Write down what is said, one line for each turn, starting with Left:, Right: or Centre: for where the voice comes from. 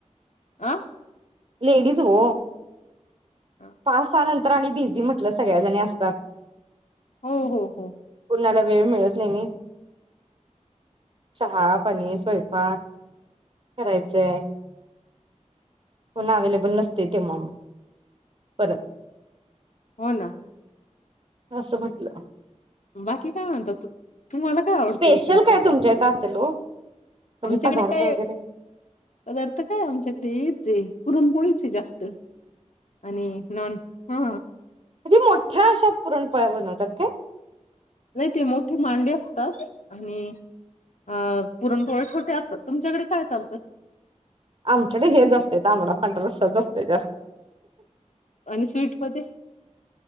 Left: आ..
Right: लेडीज ओ
Left: अजून
Right: पास सहा नंतर आणि बिझी म्हटलं सगळ्याजनी अस सात
Left: हो हो हो
Right: कोणाला वेळ मिळत नाही नई चहा, पाणी स्वयंपाक करायचंय कोण अवेलेबल नसते तेव्हा मग परत?
Left: हो ना
Right: असं म्हटलं
Left: बाकी काय म्हणता? तुम्हाला काय? आवडतं
Right: स्पेशल
Left: इकडचं काय?
Right: तुमच्या इथं असेल ओ म्हणजे
Left: आमच्याकडे
Right: पदार्थ
Left: काय
Right: वगैरे
Left: पदार्थ काय? आमच्याकडे येच आहे पुरून पोळीचे जास्त आणि नॉन हा
Right: की मोठ्या अशा पुरणपोळ्या बनवतात काय?
Left: नाही ते मोठे मांडे असतात आणि अ पुरणपोळे छोटे असतात तुमच्याकडे काय चालतं?
Right: आमच्याकडे हे जास्त तांबडा पांढरा रस्सा जास्त जास्त
Left: आणि स्वीटमध्ये